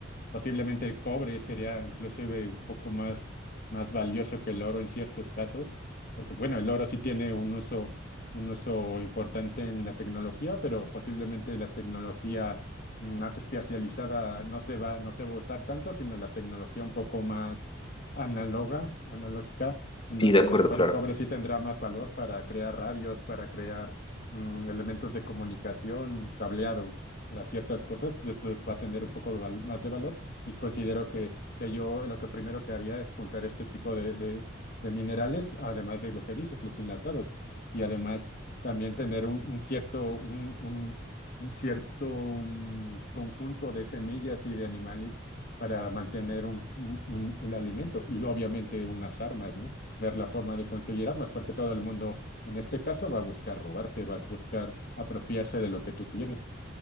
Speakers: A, on the left; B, on the left.
A: Posiblemente el cobre sería inclusive un poco más más valioso que el oro en ciertos casos, porque bueno, el oro sí tiene un uso, un uso importante en la tecnología, pero posiblemente la tecnología más especializada no se va, no se va a usar tanto, sino la tecnología un poco más análoga, analógica, en donde
B: Sí, de acuerdo,
A: a lo mejor
B: claro.
A: el cobre sí tendrá más valor para crear radios, para crear mm, elementos de comunicación, cableado. para ciertas cosas, pues, pues va a tener un poco de val- más de valor y considero que que yo lo que primero que haría es juntar este tipo de, de, de minerales, además de lo que dices, los enlatados, y además también tener un, un cierto, un, un, un cierto mm, conjunto de semillas y de animales para mantener un, un- un- el alimento y obviamente unas armas, ¿no? Ver la forma de conseguir armas, porque todo el mundo en este caso va a buscar robarte, va a buscar apropiarse de lo que tú tienes.